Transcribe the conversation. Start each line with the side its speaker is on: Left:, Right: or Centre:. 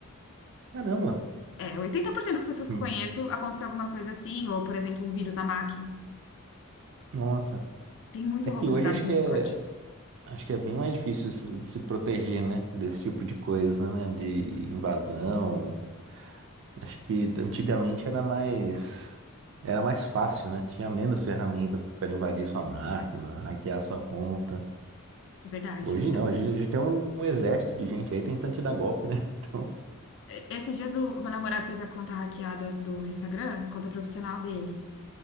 Right: Caramba.
Left: É, 80% das pessoas que
Right: Hum,
Left: eu conheço aconteceu alguma coisa assim, ou, por exemplo, um vírus na máquina.
Right: Nossa.
Left: Tem muito
Right: É
Left: roubo
Right: que hoje
Left: de dados
Right: acho
Left: no
Right: que é,
Left: Discord.
Right: acho que é bem mais difícil se, se proteger, né? Desse tipo de coisa, né? De invasão. Acho que antigamente era mais, era mais fácil, né? Tinha menos ferramentas para invadir sua máquina, hackear sua conta.
Left: Verdade.
Right: Hoje não, hoje a gente tem um, um exército de gente aí tentando te dar golpe, né? <laughs> Então,
Left: E- Esses dias o meu namorado teve a conta hackeada do Instagram, conta profissional dele.